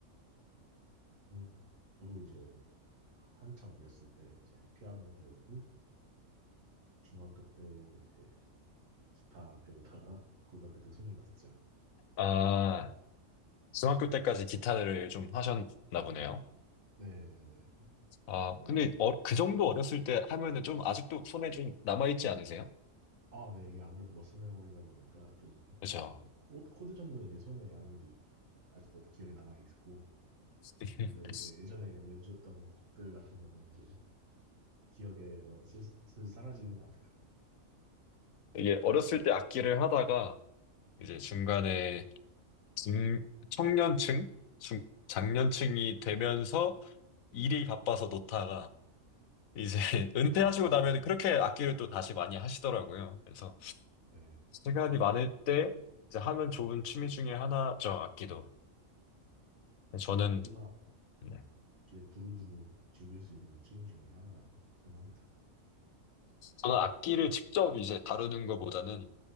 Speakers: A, on the right (about 70°); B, on the left (about 80°).
A: 음, 저도 이제 한참 어렸을 때 이제 피아노 배우고 중학교 때 이제 기타 배우다가 <laughs> 고등학교 때 손을 놨죠.
B: 아, 중학교 때까지 기타를 좀 하셨나 보네요.
A: 네네네.
B: 아,
A: 그래가지고,
B: 근데 어- 그 정도 어렸을 때 하면은 좀 아직도 손에 좀 남아있지 않으세요?
A: 아, 네, 이게 아무래도 머슬 메모리다 보니까 좀,
B: 그죠.
A: 뭐 코- 코드 정도는 이제 손에 아무래도 이- 아직도 기억에 남아있고,
B: <laughs>
A: 근데 이제 예전에 연주했던 곡들 같은 경우는 이제 기억에서 슬슬 사라지는 것 같아요.
B: 이게 어렸을 때 악기를 하다가 이제 중간에 중, 청년층, 중, 장년층이 되면서 일이 바빠서 놓다가 이제 <laughs>
A: 네,
B: 은퇴하시고
A: 맞아요.
B: 나면 그렇게 악기를 또 다시 많이 하시더라고요. 그래서
A: 네.
B: 시간이 많을 때 이제 하면 좋은 취미 중에 하나죠, 악기도. 근데 저는
A: 저도 악기가
B: 네.
A: 이제 두루두루 즐길 수 있는 취미 중에 하나라고 생각합니다.
B: 저는 악기를 직접 이제 다루는 것보다는